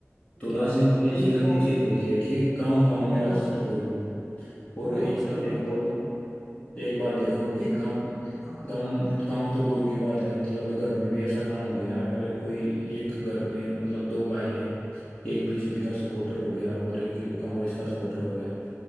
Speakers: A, on the left; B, in the centre.
A: तो
B: क्या
A: राजनीति
B: बात है भाई
A: ऐसी गंदी
B: बहुत
A: चीज हो गई है कि गांव गांव में
B: बहुत
A: राजनीति
B: सही
A: हो
B: बात
A: गई है और
B: बहुत
A: एक बात
B: सही बात
A: देखो
B: है भाई
A: तो एक बात देखो कि
B: ये
A: गांव में
B: हाँ
A: गांव गांव तो दूर की बात है मतलब घर में भी ऐसा काम हो गया अगर कोई एक घर में मतलब दो भाई हैं एक बीजेपी का सपोर्टर हो गया और एक कांग्रेस का सपोर्टर हो गया